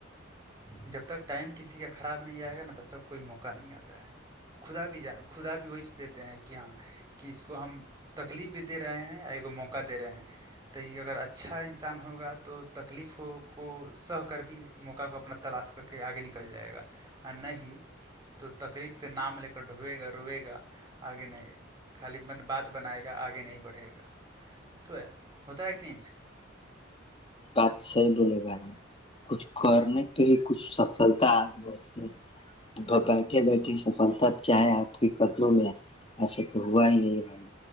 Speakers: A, on the right; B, on the left.
A: جب تک ٹائم کسی کا خراب نہیں آئے گا نا تب تک کوئی موقع نہیں آتا ہے خدا بھی ج خدا بھی وہی دیتے ہیں کہ ہاں کہ اس کو ہم تکلیف بھی دے رہے ہیں موقع دے رہے ہیں تو یہ اگر اچھا انسان ہوگا تو تکلیفوں کو سہ کر بھی موقع کو اپنا تلاش کر کے آگے نکل جائے گا ہ نہ ہی تو تکلیف کے نام لے کر ڈھوئے گا روئے گا آگے نہیں خالین بات بنائے گا آگے نہیں بڑھے گا تو ہے ہوتا ہے کہ نہیں
B: بات صحیح بولے بھائی کچھ کرنے پہ ہی کچھ سفلتا آگ بتی ہے بیٹھے بیٹھے سفلتا چاہے آپ کے کتنوں میں ایسا تو ہوا ہی نہیں بھائی